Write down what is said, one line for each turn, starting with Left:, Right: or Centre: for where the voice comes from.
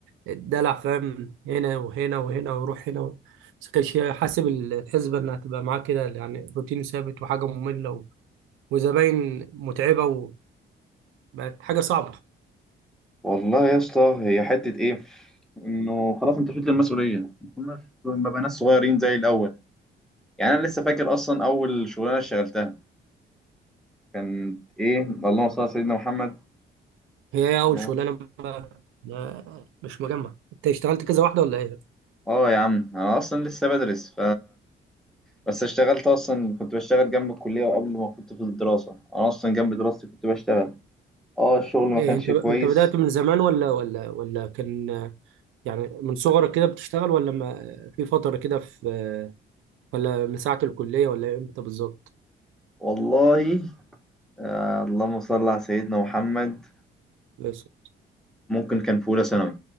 Right: الدلع فاهم هنا وهنا وهنا وروح هنا و... بس كانش حاسب الحسبه انها تبقى معاه كده يعني روتين ثابت وحاجه ممله و... وزباين متعبه وبقت حاجه صعبه
Centre: والله يا اسطى هي حته ايه انه خلاص انت شلت المسؤوليه ما كناش ما بقى ناس صغيرين زي الاول يعني انا لسه فاكر اصلا اول شغلانه اشتغلتها كانت ايه اللهم صل على سيدنا محمد
Right: هي إيه اول
Centre: اه
Right: شغلانه ما- مش مجمع انت اشتغلت كذا واحده ولا ايه
Centre: آه يا عم انا اصلا لسه بدرس بس اشتغلت اصلا كنت بشتغل جنب الكليه وقبل ما كنت في الدراسه انا اصلا جنب دراستي كنت بشتغل اه الشغل ما
Right: إيه،
Centre: كانش
Right: انت انت
Centre: كويس
Right: بدأت من زمان ولا ولا ولا كان يعني من صغرك كده بتشتغل ولا ما في فتره كده في ولا من ساعه الكليه ولا امتى بالظبط
Centre: والله آه اللهم صل على سيدنا محمد
Right: بس-
Centre: ممكن كان في اولى ثانوي